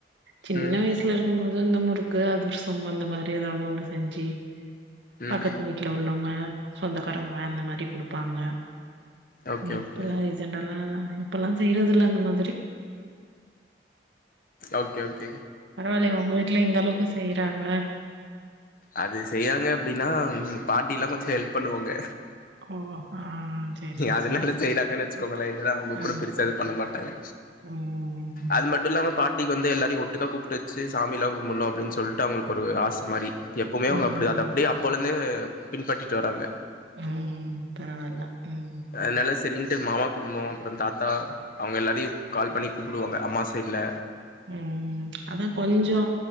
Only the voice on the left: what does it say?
ம்
ம்
ஓகே
ஓகே
ஓகே ஓகே
அது செய்யாங்க அப்டின்னா பாட்டில்லா கொஞ்சொ எல்ப் பண்ணுவாங்க
அதுனால
செய்றாங்கன் வெச்சுக்கோங்களே இல்லன்னா அவுங்கக்
கூட பெருசா எதும் பண்ண மாட்டாங்க
அது மட்டு இல்லாம பாட்டிக்கு வந்து எல்லாரையு ஒட்டுக்கா கூப்ட்டெச்சி சாமில்லா கும்புண்யணு அப்டின் சொல்ட்டு அவுங்களுக்கு ஒரு ஆச மாரி எப்பவ்மே
அவுங்க அப்டிதா அத அப்டியே அப்போலேந்தே பின்பற்றிட்டு வராங்க
அத்னால செரின்ட்டு மாமா குடும்போ அப்புறோ தாத்தா அவுங்க எல்லாரையு கால் பண்ணி கூப்டுவாங்க அமாவாசைக் இல்ல